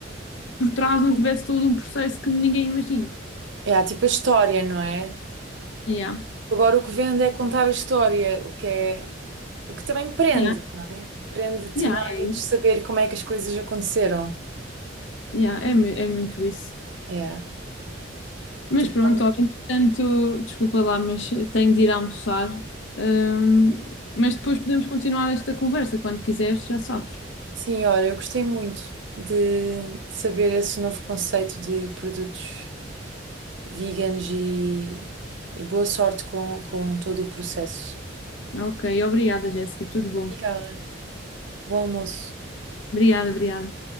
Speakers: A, on the left; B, on the right.
A: por trás não tivesse todo um processo que ninguém imagina.
B: É, há tipo a história, não é?
A: Yeah,
B: Agora o que vende é contar a história, o que é, o que também prende,
A: yeah,
B: não é? Prende-te
A: yeah,
B: mais
A: é,
B: saber como é que as coisas aconteceram.
A: yeah, é, mu- é muito isso.
B: É.
A: Mas
B: Tipo,
A: pronto, olha, entretanto, desculpa lá, mas tenho de ir almoçar. Hum, mas depois podemos continuar esta conversa, quando quiseres, já sabes.
B: sim, olha, eu gostei muito de, de saber esse novo conceito de produtos veganos e, e boa sorte com, com todo o processo.
A: Ok, obrigada, Jéssica, tudo bom.
B: Obrigada. Bom almoço.
A: Obrigada, obrigada.